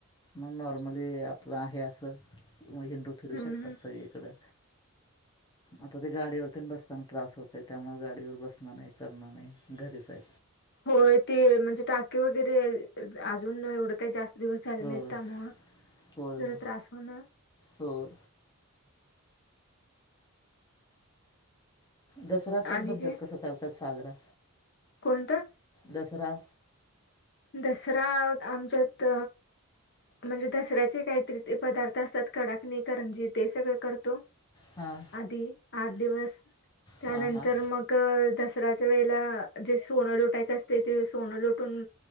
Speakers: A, on the left; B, on the left.
A: मग नॉर्मली आपलं आहे असं मग हिंडू फिरू
B: हं,
A: शकतात
B: हं.
A: सगळीकडं.
B: <unintelligible>
A: आता ते गाडीवर तेन बसताना त्रास होतय त्यामुळ गाडीवर बसणं न्हय करण न्हय घरीच हाय.
B: होय ते म्हणजे टाके वगैरे अजून एवढं काय जास्त दिवस झाल
A: हो
B: न्हाईत त्यामुळ
A: होय
B: जरा
A: होय
B: त्रास होणं.
A: हो दसरा सण
B: आणि
A: तुमच्यात
B: काय
A: कसा करतात साजरा
B: कोणता?
A: दसरा.
B: दसरा अ आमच्यात म्हणजे दसऱ्याचे काहीतरी ते पदार्थ असतात कडाकने करंजे ते सगळ करतो.
A: हां
B: आधी आठ दिवस त्यानंतर
A: हां हां
B: मग दसऱ्या जे त्या वेळेला जे सोनं लुटायचं असतय ते सोनं लुटून.